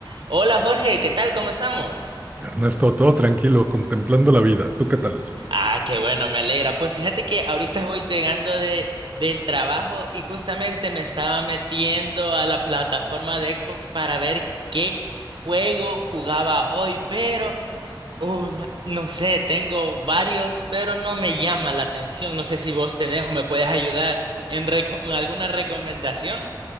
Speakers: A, on the right; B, on the right.
A: Hola Jorge, ¿qué tal? ¿Cómo estamos?
B: Ernesto, todo tranquilo, contemplando la vida. ¿Tú qué tal?
A: Ah, qué bueno, me alegra. Pues fíjate que ahorita voy llegando de, del trabajo y justamente me estaba metiendo a la plataforma de Xbox para ver qué juego jugaba hoy, pero oh, la- no sé, tengo varios, pero no me llama la atención. No sé si vos tenés o me puedes ayudar en reco- alguna recomendación,